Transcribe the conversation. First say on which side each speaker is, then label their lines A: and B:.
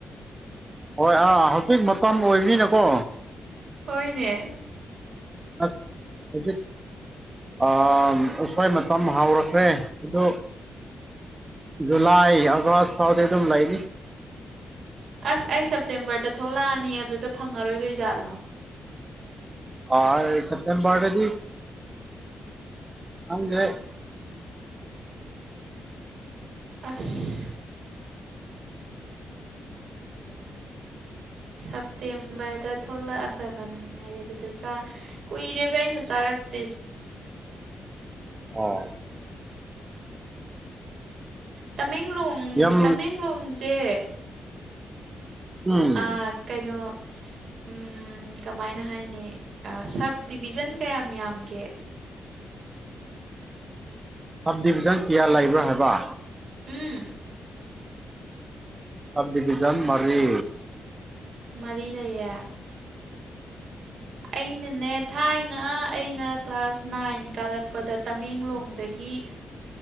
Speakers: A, on the right; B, on the right.
A: ꯍꯣꯏ ꯑꯥ ꯍꯧꯖꯤꯛ ꯃꯇꯝ ꯑꯣꯏꯕꯤꯅꯀꯣ
B: ꯍꯣꯏꯅꯦ
A: <unintelligible> ꯑ ꯎꯁꯣꯏ ꯃꯇꯝ ꯍꯥꯎꯔꯛꯈ꯭ꯔꯦ ꯑꯗꯨ ꯖꯨꯨꯂꯥꯏ ꯑꯥꯒꯁ ꯐꯥꯎꯗꯤ ꯑꯗꯨꯝ ꯂꯩꯅꯤ
B: ꯑꯁ ꯑꯩ ꯁꯦꯞꯇꯦꯝꯕꯔꯗ ꯊꯣꯛꯂꯛꯑꯅꯤ ꯑꯗꯨꯗ ꯐꯪꯉꯔꯣꯏꯗꯩ ꯖꯥꯠꯂꯣ
A: ꯑ ꯁꯦꯞꯇꯦꯝꯕꯔꯗꯗꯤ ꯈꯪꯗꯦ
B: ꯑꯁ ꯁꯦꯞꯇꯦꯝꯕꯔꯗ ꯊꯣꯛꯂꯛꯑꯗꯕꯅꯤꯅ ꯍꯥꯏ ꯑꯗꯨꯗ ꯀꯨꯏꯔꯦꯕ ꯑꯩꯅ ꯆꯥꯔꯛ <unintelligible>
A: <inaudible> ꯑꯣ
B: ꯇꯃꯦꯡꯂꯣꯡ
A: ꯌꯥꯝ
B: ꯇꯃꯦꯡꯂꯣꯡꯁꯦ
A: ꯎꯝ
B: ꯑ ꯀꯩꯅꯣ ꯎꯝ ꯀꯃꯥꯏꯅ ꯍꯥꯏꯅꯤ ꯁꯞ ꯗꯤꯕꯤꯖꯟ ꯀꯌꯥꯝ ꯌꯥꯝꯒꯦ
A: ꯁꯞ ꯗꯤꯚꯤꯖꯟ ꯀꯌꯥ ꯂꯩꯕ꯭ꯔꯥ ꯍꯥꯏꯕ
B: ꯎꯝ
A: ꯁꯞ ꯗꯤꯚꯤꯖꯟ ꯃꯔꯤ
B: ꯃꯔꯤ ꯂꯩꯌꯦ
A: <inaudible>
B: ꯑꯩꯅꯅꯦ ꯊꯥꯏꯅ ꯑꯩꯅ ꯀ꯭ꯂꯥꯁ ꯅꯥꯏꯟ ꯀꯥꯔꯛꯄꯗ ꯇꯃꯦꯡꯂꯣꯡꯗꯒꯤ